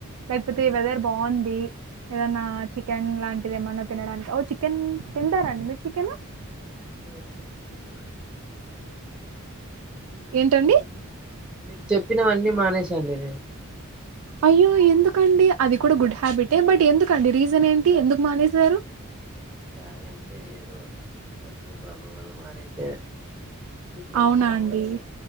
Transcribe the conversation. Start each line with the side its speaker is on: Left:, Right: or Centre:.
Right: లేకపోతే
Centre: లేదండి
Right: వెదర్ బాగుంది. ఏదన్నా చికెన్ లాంటిది, ఏమన్నా తినడానికి ఓ చికెన్. తింటారా అండి మీరు చికెన్.
Centre: లేదండి చికెన్ <inaudible>
Right: ఏంటండీ.
Centre: చికెన్ మీరు చెప్పినవన్నీ మానేశా అండి నేను.
Right: అయ్యో ఎందుకండి అది కూడా గుడ్ హ్యాబిటే, బట్ ఎందుకండి రీజన్ ఏంటి ఎందుకు మానేసారు.
Centre: చాయ్ అంటే ఏదో. పర్సనల్ ప్రాబ్లమ్ వల్ల మానేస. చికెను
Right: అవునా
Centre: నార్మల్
Right: అండి
Centre: గా.